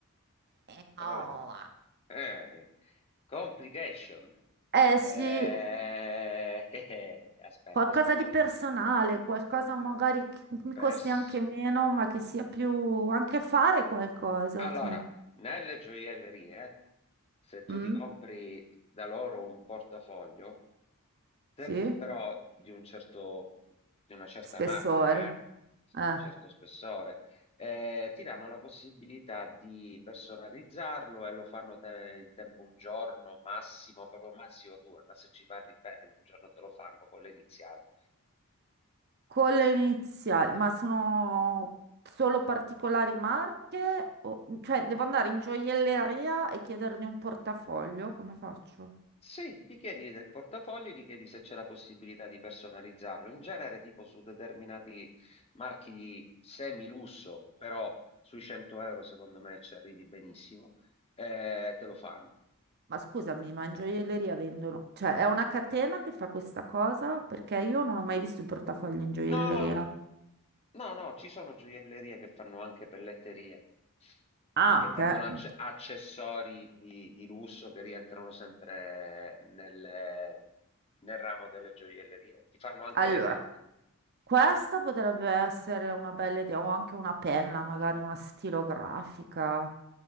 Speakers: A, on the right; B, on the left.
A: Eh, no.
B: eh,
A: va.
B: Eh, complication.
A: Eh sì,
B: Eh, <laughs> eh, eh, aspetta,
A: Qualcosa
B: aspetta.
A: di personale, qualcosa magari
B: Eh,
A: che mi
B: pers-
A: costi anche meno, ma che sia più anche fare qualcosa,
B: Allora,
A: tipo.
B: nelle gioiellerie, se tu
A: Mm?
B: ti compri da loro un portafoglio, Sempre
A: Sì?
B: però di un certo, di una certa
A: Spessore.
B: marca, eh, di
A: Eh.
B: un certo spessore, Eh, ti danno la possibilità di personalizzarlo e lo fanno te- in tempo un giorno, massimo, proprio massimo due, ma se ci parli bene in un giorno te lo fanno con le iniziali.
A: Con le iniziali, ma sono solo particolari marche? O... Cioè, devo andare in gioielleria e chiedergli un portafoglio? Come faccio?
B: Sì, gli chiedi del portafoglio, gli chiedi se c'è la possibilità di personalizzarlo. In genere, tipo su determinati marchi di semi-lusso, però sui 100 euro secondo me ci arrivi benissimo, eh, te lo fanno.
A: Ma scusami, ma in gioielleria vendono... Cioè, è una catena che fa questa cosa? Perché io non ho mai visto il portafoglio in gioielleria.
B: No, no, no, ci sono gioiellerie che fanno anche pelletterie,
A: Ah,
B: che
A: ok.
B: vendono acce- accessori di, di lusso che rientrano sempre nelle- nel ramo delle gioiellerie. Ti fanno anche
A: Allora,
B: le penne.
A: Questa potrebbe essere una bella idea, o anche una penna, magari una stilografica,